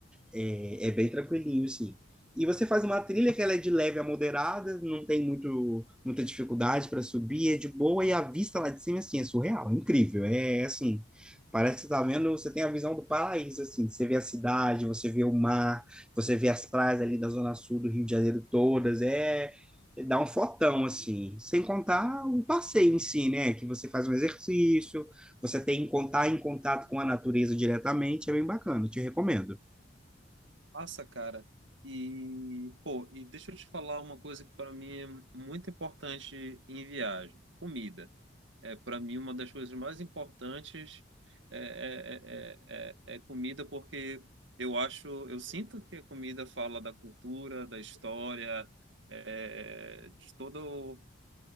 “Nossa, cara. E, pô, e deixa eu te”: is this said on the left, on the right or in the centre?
Right